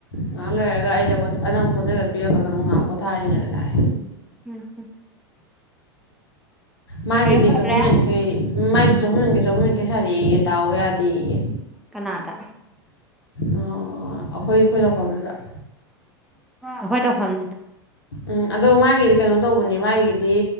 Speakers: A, on the left; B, in the centre.
A: ꯉꯥꯏꯍꯥꯛ ꯂꯩꯔꯒ ꯑꯩ ꯅꯉꯣꯟꯗ ꯄꯣꯠꯖꯒꯠ ꯂꯣꯏ ꯄꯤꯔꯛꯑꯒ ꯀꯩꯅꯣ ꯉꯥꯏꯍꯥꯛ ꯄꯣꯊꯥꯔꯤꯉꯩꯗ ꯂꯥꯛꯑꯦ
B: ꯎꯝ ꯍꯝ
A: ꯃꯥꯒꯤꯗꯤ
B: ꯐꯔꯦ
A: ꯆꯍꯨꯝ ꯌꯥꯡꯈꯩ ꯃꯥꯏꯗꯨ ꯆꯍꯨꯝ ꯌꯥꯡꯈꯩ ꯆꯍꯨꯝ ꯌꯥꯡꯈꯩ ꯁꯔꯛꯑꯦꯌꯦ ꯇꯥꯎ ꯌꯥꯗꯦꯌꯦ
B: ꯀꯅꯥꯗ
A: ꯑꯩꯈꯣꯏ ꯑꯩꯈꯣꯏ ꯐꯥꯎꯅꯗꯦ
B: ꯑꯈꯣꯢ ꯇꯧꯐꯝ
A: ꯎꯝ ꯑꯗꯨ ꯃꯥꯢ ꯑꯩꯗꯤ ꯀꯩꯅꯣ ꯇꯧꯕꯅꯦ ꯃꯥꯒꯤꯗꯤ